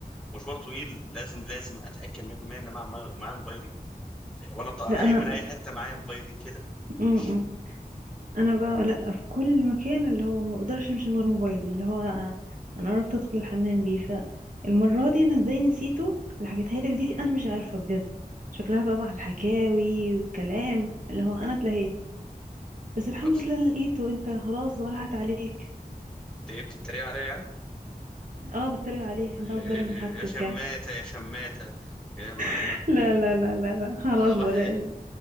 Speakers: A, in the centre; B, on the right.
A: مشوار طويل لازم لازم اتاكد 100% ان معايا معايا معايا موبايلي وانا طا-
B: لا
A: قايم
B: انا
A: من اي حته معايا موبايلي كده
B: امم
A: مش
B: انا بقى لا في كل مكان اللي هو ما بقدرش امشي من غير موبايلي اللي هو انا عرفت ادخل الحمام بيه فالمره دي انا ازاي نسيته اللي حكيتها لك دي انا مش عارفه بجد شكلها بقى مع الحكاوي والكلام اللي هو انا اتلهيت بس الحمد
A: أبص-
B: لله أنا لقيته انت خلاص بقى راحت عليك
A: إنت إيه بتتريق عليا يعني
B: اه بتريق عليك عشان
A: إيه-
B: تاخد بالك
A: إيه-
B: من حاجتك
A: يا شماتة
B: يعني
A: يا شماتة يعني أنا
B: <laughs>
A: أنا-
B: لا لا لا لا لا خلاص
A: أنا واحد
B: بقى لا,